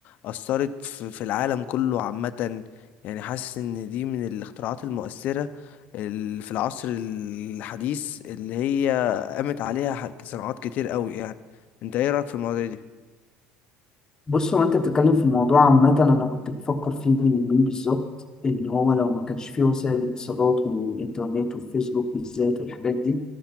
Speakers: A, on the left (about 55°); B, on the left (about 20°).
A: اثرت في, في العالم كله عامة يعني حاسس ان دي من الاختراعات المؤثرة اللي في العصر الحديث اللي هي قامت عليها حك- صناعات كتير قوي يعني انت ايه رأيك في المواضيع دي
B: بص هو انت بتتكلم في الموضوع عامة انا كنت بفكر فيه من يومين بالظبط ان هو لو ما كانش فيه وسائل الاتصالات والانترنت والفيسبوك بالذات والحاجات دي